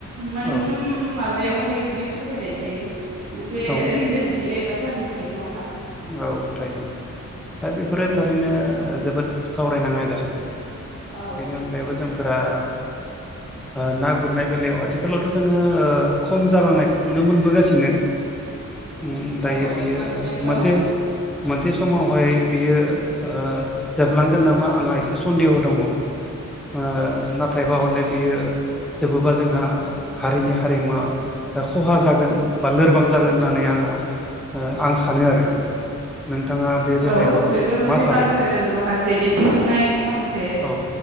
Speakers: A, on the right; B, in the centre.
A: मोनफ्रोम
B: औ
A: माबायावहाय बिदि फोथायनाय थायो मोनसे
B: औ
A: रिजोन थायो एबा जाहोन थायो नङा होमबा?
B: औ थायो। दा बेफोरो थारैनो जोबोद सावरायनां आयदा
A: औ
B: बेनि अनगायैबो जों फोरा ओ ना गुरनाय बेलायाव आथिखालावथ' जोङो ओ खम जालांनायखौ नुनो मोनबोगासिनो
A: <inaudible>
B: उम दायो
A: औ
B: बियो
A: ना गुरनायखौ
B: मोनसे मोनसे समावहाय बियो ओ जोबलांगोन नामा आंहा एसे सन्देह दङ ओ नाथायबा हले बियो जेबोबा जोंहा हारिनि हारिमुवा ओ खहा जागोन बा लोरबां जागोन होननानै आङो ओ आं सानो आरो नोंथाङा बे बेलायाव
A: औ बेफोर मोनसे
B: मा सानो
A: कालसारेल माखासे दिन्थिफुंनाय माखासे
B: औ